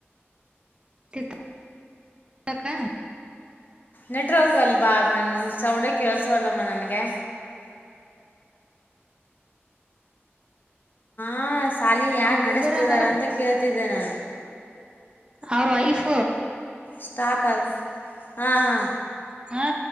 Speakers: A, on the right; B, on the left.
A: ಗತ್ತುಕ <unintelligible>
B: ನೆಟ್ವರ್ಕ್ ಅಲ್ ಬಾ ಬ ಸೌಂಡ ಕೇಳಸವಲ್ಲಮ್ಮ ನನಗೆ ಹ ಶಾಲಿ ಯಾರ್
A: ಅವ್ರು ಉಳ್ದಿರಾರ
B: ನಡೆಸ್ತಿದಾರ
A: ಅವ್ರ
B: ಅಂತ ಕೇಳ್ತಿದ್ದೇನೆ
A: ಅವ್ರ ವೈಫ್
B: ಸ್ಟಾಪ್ ಅ ಹಾ ಹಾ
A: ಹಾ